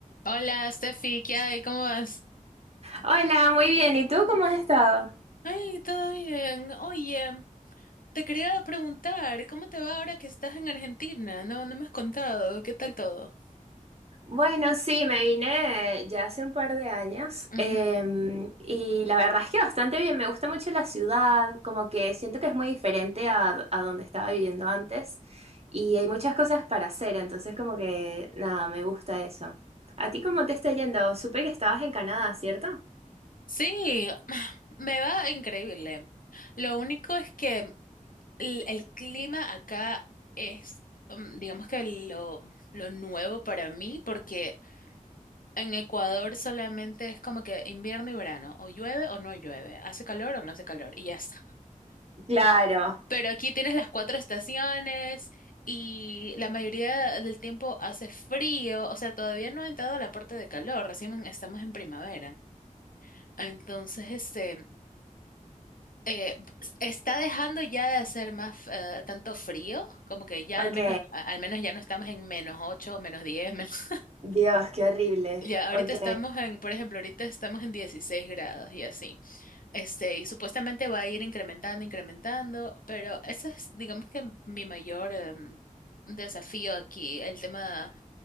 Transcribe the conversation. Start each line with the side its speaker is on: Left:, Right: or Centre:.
Left: Hola, Steffi, ¿qué hay? ¿Cómo vas?
Right: Hola, muy bien. ¿Y tú cómo has estado?
Left: Ay, todo bien. Oye, te quería preguntar, ¿cómo te va ahora que estás en Argentina? No, no me has contado. ¿Qué tal todo?
Right: Bueno, sí, me vine ya hace un par de años
Left: Ujú.
Right: em, y la verdad es que bastante bien. Me gusta mucho la ciudad, como que siento que es muy diferente a, a donde estaba viviendo antes y hay muchas cosas para hacer, entonces como que nada, me gusta eso. ¿A ti cómo te está yendo? Supe que estabas en Canadá, ¿cierto?
Left: Sí, <sighs> me va increíble. Lo único es que el, el clima acá es, mm, digamos que lo, lo nuevo para mí, porque en Ecuador solamente es como que invierno y verano, o llueve o no llueve, hace calor o no hace calor, y ya está.
Right: Claro,
Left: Pero aquí tienes las cuatro estaciones y la mayoría del tiempo hace frío, o sea, todavía no ha entrado a la parte de calor, recién estamos en primavera. Entonces, este, eh, está dejando ya de hacer más eh, tanto frío, como que ya
Right: ok.
Left: al menos, a- al menos ya no estamos en menos 8, menos 10, menos... <laughs>
Right: Dios, qué horrible.
Left: Ya, ahorita
Right: Ok.
Left: estamos en, por ejemplo, ahorita estamos en 16 grados y así. Este, y supuestamente va a ir incrementando, incrementando, pero ese es, digamos que mi mayor em, desafío aquí, el tema